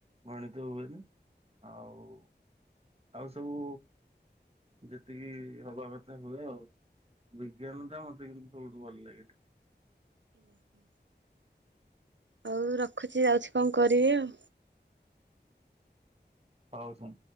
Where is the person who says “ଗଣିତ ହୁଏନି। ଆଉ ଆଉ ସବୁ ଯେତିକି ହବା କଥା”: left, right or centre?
Right